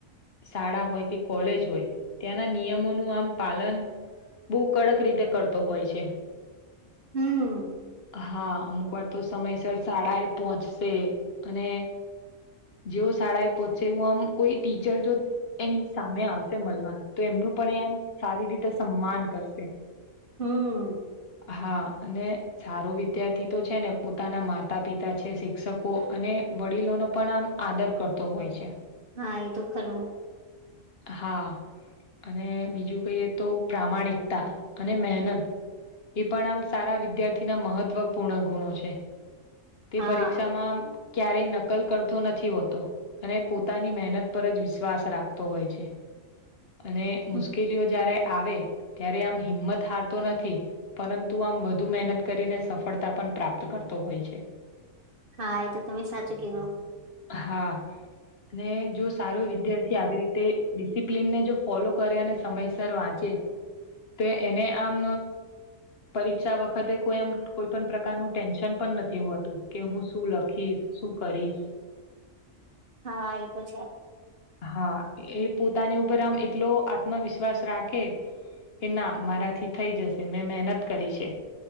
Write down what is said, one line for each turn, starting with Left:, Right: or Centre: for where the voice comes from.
Left: શાળા હોય કે કોલેજ હોય ત્યાંના નિયમોનું આમ પાલન બહુ કડક રીતે કરતો હોય છે
Right: હમ
Left: હા અમુક વાર તો સમયસર શાળા એ પહોંચશે અને જેવો શાળા એ પહોંચશે હું આમ કોઈ ટીચર જો એની સામે આવશે મળવા તો એમ નું પણ એમ સારી રીતે સન્માન કરશે
Right: હમ
Left: હા અને સારો વિદ્યાર્થી તો છે ને પોતાના માતા પિતા છે શી શિક્ષકો અને વડીલોનો પણ આમ આદર કરતો હોય છે
Right: હા એ તો ખરું
Left: હા અને બીજું કહીએ તો પ્રામાણિકતા અને મહેનત એ પણ આમ સારા વિદ્યાર્થીના મહત્વપૂર્ણ ગુણો છે તે
Right: હા
Left: પરીક્ષામાં આમ ક્યારેય નકલ કરતો નથી હોતો અને પોતાની મહેનત પર જ વિશ્વાસ રાખતો હોય. હોય છે અને મુશ્કેલીઓ
Right: હમ
Left: જ્યારે આવે ત્યારે આમ હિંમત હાર તો નથી પરંતુ આમ વધુ મહેનત કરીને સફળતા પણ યા પણ પ્રાપ્ત કરતો હોય છે
Right: હા એ તો તમે સાચું કેવો
Left: હા અને જો સારો વિદ્યાર્થી આવી રીતે ડિસિપ્લીન ને જો ફોલો કરે અને સમયસર વાંચે ચે તો એને આમ પરીક્ષા વખતે કોઈ આમ કોઈ પણ પ્રકારનું ટેન્શન પણ નથી હોતું કે હું શું લખીશ શું કરીશ
Right: હા એ તો છે
Left: હા એ પોતાની ઉપર આમ એટલો આત્મવિશ્વાસ રાખે કે ના મારાથી થઈ જશે મેં મહેનત કરી છે